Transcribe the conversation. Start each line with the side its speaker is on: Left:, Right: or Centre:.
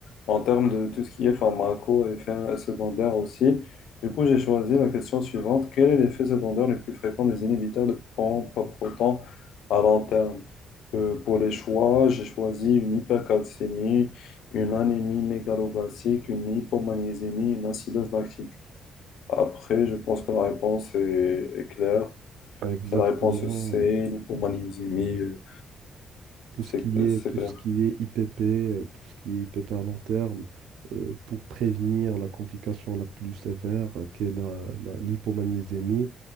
Left: en termes de tout ce qui est pharmaco et effets secondaires aussi. Du coup, j'ai choisi la question suivante. Quel est l'effet secondaire le plus fréquent des inhibiteurs de pompe à proton à long terme? Euh, pour les choix, j'ai choisi une hypercalcémie, une anémie mégaloblastique, une hypomagnésémie, une acidose lactique. Après, je pense que la réponse est, est claire.
Right: Exactement.
Left: C'est la réponse C, l'hypomagnésémie,
Right: euh,
Left: euh,
Right: tout
Left: c'est
Right: ce qui
Left: euh,
Right: est,
Left: c'est
Right: tout
Left: clair.
Right: ce qui est IPP, euh, tout ce qui est IPP à long terme, euh, pour prévenir la complication la plus sévère, euh, qui est la, la- l'hypomagnésémie,